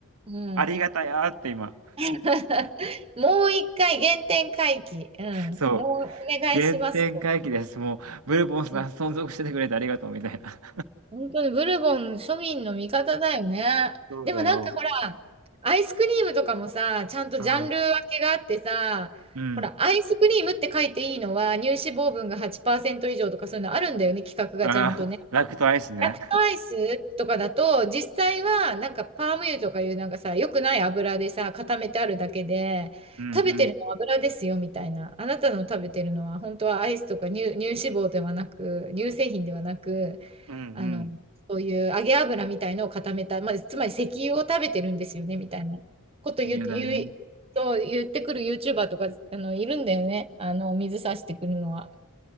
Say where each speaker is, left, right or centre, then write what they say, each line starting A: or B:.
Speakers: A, on the right; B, on the right.
A: うん。
B: ありがたやーって今。
A: <laughs> もう一回原点回帰。うん。
B: そう、
A: もうお願いしますと。
B: 原点回帰です。もう、ブルボンさん存続しててくれてありがとうみたいな。
A: うん。本当にブルボン庶民の味方だよね。
B: そうだよ。
A: でもなんかほら、アイスクリームとかもさ、ちゃんとジャンル分けがあってさ、
B: うん。うん。
A: ほら、アイスクリームって書いていいのは乳脂肪分が8%以上とかそういうのあるんだよね、規格がちゃんとね。
B: ああ、<laughs> ラクトアイスね。
A: ラクトアイスとかだと、実際はなんかパーム油とかいうなんかさ、良くない油でさ、固めてあるだけで、
B: うんうん。
A: 食べてるのは油ですよみたいな。あなたの食べてるのは本当はアイスとか乳、乳脂肪ではなく、乳製品ではなく、
B: うんうん。
A: あの、そういう揚げ油みたいのを固めた、まあ、つまり石油を食べてるんですよねみたいなこと言う、
B: 嫌だね。
A: 言う、そう言ってくる YouTuber とか、あの、いるんだよね。あの、水差してくるのは。